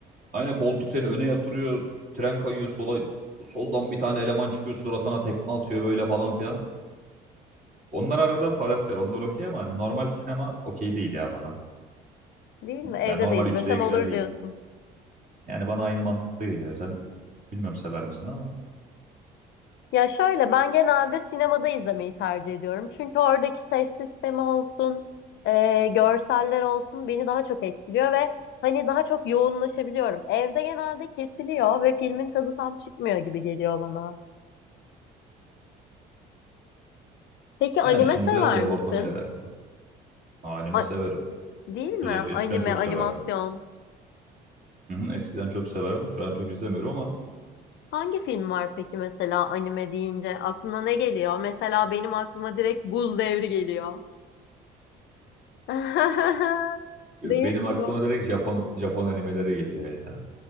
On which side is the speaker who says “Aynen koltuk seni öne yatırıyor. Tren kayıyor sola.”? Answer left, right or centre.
Right